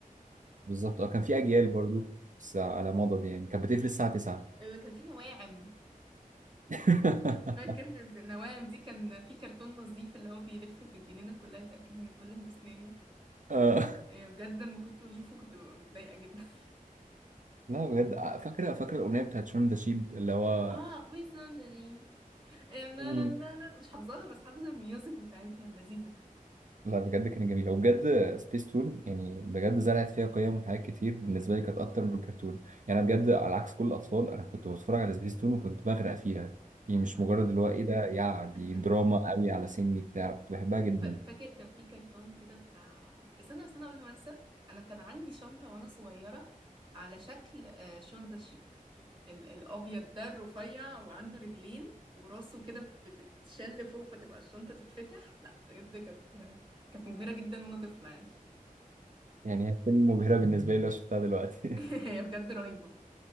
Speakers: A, on the right; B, on the right.
A: بالظبط أه كان في أجيال برضو بس على مضض يعني كانت بتقفل الساعة 9
B: آه، <laughs> كان في نواعم
A: <laughs>
B: فاكر النواعم دي كان في كرتون نظيف اللي هو بيلف في الجنينة كلها يتأكد ان كل الناس ناموا
A: آه،
B: آه، بجد لما كنت بشوفه كنت ببقى متضايقة جدا
A: لا بجد آه، فاكرة فاكرة الأغنية بتاعت شون ذا شيب اللي هو
B: <laughs> اه ويزن جريم آه، نا
A: مم.
B: نا نا نا، مش حافظاها بس حافظة الميوزك بتاعتها لذيذة
A: لا بجد كان جميل وبجد سبيس تون يعني بجد زرعت فيها قيم وحاجات كتير بالنسبه لي كانت اكتر من الكرتون يعني انا بجد على عكس كل الاطفال انا كنت بتفرج على سبيس تون وكنت بغرق فيها يعني مش
B: وانا
A: مجرد اللي هو ايه ده يعني دي
B: <laughs>
A: دراما قوي على سني بتاع كنت بحبها جدا
B: ف- فاكر كان في كرتون كده بتاع استنى استنى قبل ما انسى انا كان عندي شنطة وانا صغيرة على شكل آه، شونزا شيب ال- الابيض ده الرفيع وعنده رجلين وراسه كده بتتشل فوق فتبقى الشنطة تتفتح لا بجد كانت كانت مبهرة جدا وانا طفلة يعني
A: يعني هي فيلم مبهره بالنسبه لي لو شفتها دلوقتي
B: <laughs> هي بجد رهيبة